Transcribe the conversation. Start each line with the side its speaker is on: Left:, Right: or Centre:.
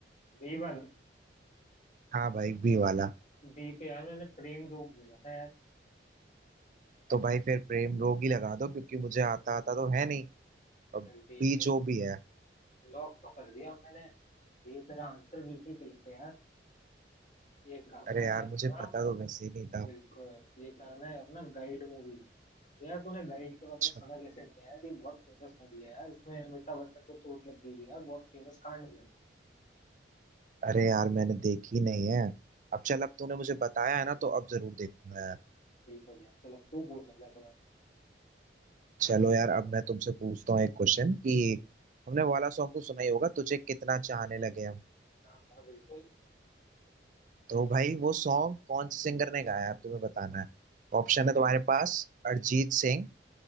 Left: बी वाला
Right: हाँ भाई बी वाला
Left: बी पे यार मैंने प्रेम रोग बोला था यार
Right: तो भाई फिर प्रेम रोग ही लगा दो क्योंकि मुझे आता आता तो है नहीं अब
Left: चल ठीक
Right: भी
Left: है
Right: जो भी है
Left: लॉक तो कर दिया मैंने ये तेरा आंसर बिल्कुल गलत है यार ये गाना
Right: अरे
Left: है
Right: यार
Left: अपना
Right: मुझे पता तो वैसे ही नहीं था
Left: बिल्कुल ये गाना है अपना गाइड मूवी का यार तूने गाइड के बारे में
Right: अच्छा,
Left: सुना कैसे नहीं है यार ये बहुत फेमस मूवी है यार इसमें अमिताभ बच्चन को चोट लग गई थी यार बहुत फेमस कांड हुआ
Right: अरे यार मैंने देखी नहीं है अब चल अब तूने मुझे बताया है ना तो अब जरूर देखूंगा यार
Left: बिल्कुल यार चलो तू पूछ अगला सवाल
Right: चलो यार अब मैं तुमसे पूछता हूँ एक क्वेश्चन कि हमने वाला सॉन्ग तो सुना ही होगा तुझे कितना चाहने लगे हम
Left: हाँ हाँ बिल्कुल
Right: तो भाई वो सॉन्ग कौन से सिंगर ने गाया है अब तुम्हें बताना है ऑप्शन है
Left: ठीक
Right: तुम्हारे पास अरिजीत सिंह